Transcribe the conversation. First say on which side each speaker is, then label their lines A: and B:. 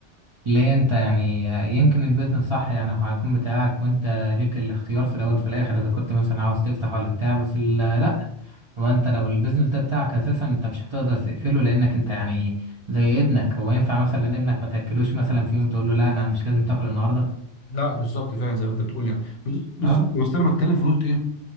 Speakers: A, on the right (about 50°); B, on the left (about 80°).
A: ليه انت يعني يمكن البيزنس صح يعني هو هيكون بتاعك وانت ليك الاختيار في الاول في الاخر اذا كنت مثلا عاوز تفتح ولا بتاع بس ال- لا هو انت لو البيزنس ده بتاعك اساسا انت مش هتقدر تقفله لانك انت يعني زي ابنك هو ينفع مثلا ابنك ما تاكلوش مثلا في يوم تقول له لا انا مش لازم تاكل النهارده
B: لا بالظبط فعلا زي ما انت بتقول يعني بز- بالظبط
A: اه
B: بس انا بتكلم في نقطه ايه